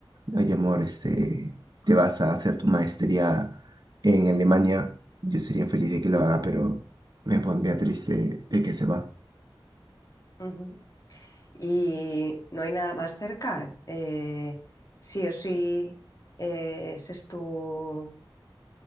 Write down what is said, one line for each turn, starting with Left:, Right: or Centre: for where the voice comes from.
Right: oye, amor, este, te vas a hacer tu maestría en Alemania, yo sería feliz de que lo haga, pero me pondría triste de que se va.
Left: Ujú. ¿Y no hay nada más cerca? Eh, sí o sí, eh, ese es tu...